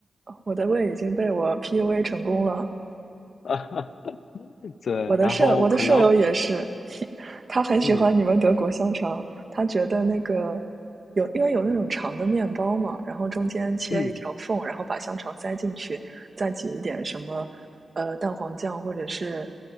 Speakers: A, on the right (about 45°); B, on the left (about 80°).
A: 我的胃已经被我 PUA 成功了，
B: <laughs> 对，
A: 我的舍我的舍友也是，
B: 然后可能
A: <laughs> 他很喜欢你们德国香肠，
B: 嗯
A: 他觉得那个有，因为有那种长的面包嘛，然后中间切一条缝，
B: 嗯，
A: 然后把香肠塞进去，再挤一点什么呃蛋黄酱或者是